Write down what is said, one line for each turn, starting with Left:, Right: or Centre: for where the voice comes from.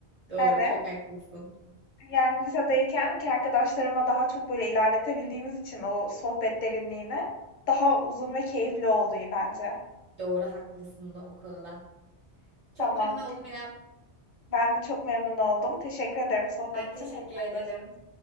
Right: Doğru,
Left: Hani
Right: çok haklısın.
Left: yani lisedeyken ki arkadaşlarımla daha çok böyle ilerletebildiğimiz için o sohbet derinliğini daha uzun ve keyifli oldu bence.
Right: Doğru haklısın da o konuda. Çok
Left: Tamam.
Right: memnun oldum İrem.
Left: Ben de çok memnun oldum. Teşekkür ederim sohbet
Right: Ben teşekkür
Left: için. Tekrar
Right: ederim.
Left: görüşürüz.